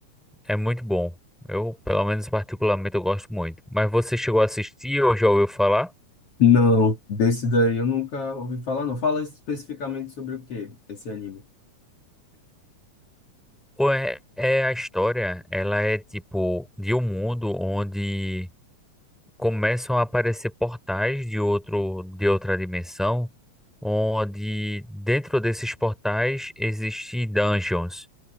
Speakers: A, in the centre; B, on the left.
A: É muito bom. Eu, pelo menos particularmente, eu gosto muito. Mas você chegou a assistir ou já ouviu falar?
B: Não, desse daí eu nunca ouvi falar, não. Fala especificamente sobre o que esse anime.
A: Ou é, é a história, ela é tipo de um mundo onde começam a aparecer portais de outro, de outra dimensão, onde dentro desses portais existem dungeons.